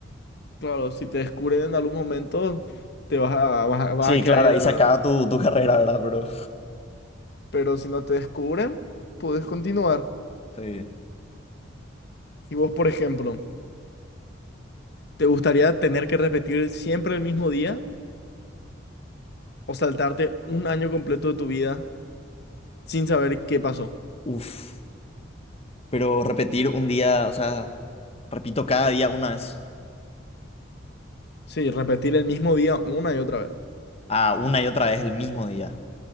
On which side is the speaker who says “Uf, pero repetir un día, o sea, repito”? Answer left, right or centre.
Left